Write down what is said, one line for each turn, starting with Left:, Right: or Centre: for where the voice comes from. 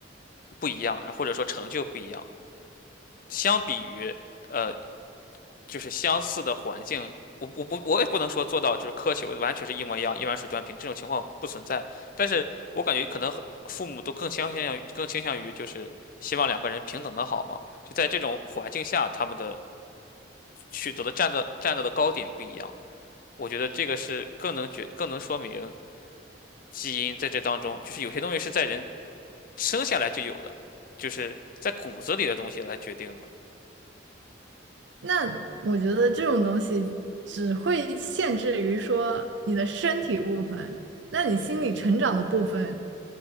Left: 不一样，或者说成就不一样。相比于呃，就是相似的环境，我我不我也不能说做到就是苛求完全是一模一样，一碗水端平这种情况不存在。但是我感觉可能父母都更倾向于更倾向于就是希望两个人平等的好嘛。就在这种环境下，他们的取得的站的站到的高点不一样。我觉得这个是更能觉更能说明基因在这当中，就是有些东西是在人生下来就有的，就是在骨子里的东西来决定的。
Right: 那我觉得这种东西只会限制于说你的身体部分，那你心理成长的部分